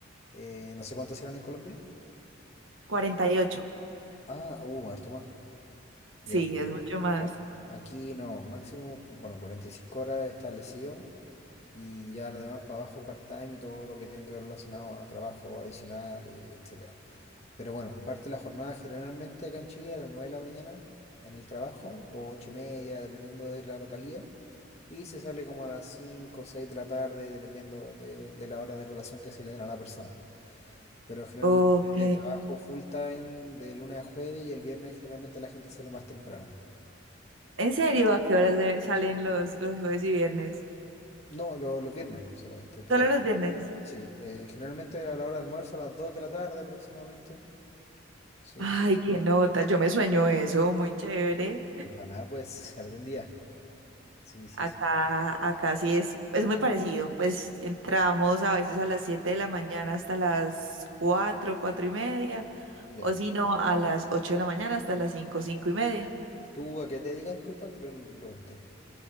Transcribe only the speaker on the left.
Eh, no sé cuántas serán en Colombia.
Ah, uh, harto más, ya.
claro. Aquí no, máximo, bueno, 45 horas establecido y ya lo demás para abajo, part-time y todo lo que tiene que ver relacionado a trabajo adicional, y etcétera. Pero bueno, parte la jornada generalmente acá en Chile a las 9 de la mañana en el trabajo, o 8 y media, dependiendo de la localía, y se sale como a las 5 o 6 de la tarde, dependiendo de, de la hora de colación que se le den a la persona. Pero generalmente
eh, trabajo full time de lunes a jueves y el viernes generalmente la gente sale más temprano.
No, lo- los viernes solamente, pero
sí, eh, generalmente a la hora de almuerzo, a las 2 de la tarde aproximadamente. Sí,
ojalá pues algún día. Sí, sí,
sí.
Ya.
¿Tú a qué te dedicas? Disculpa, creo que no te pregunté.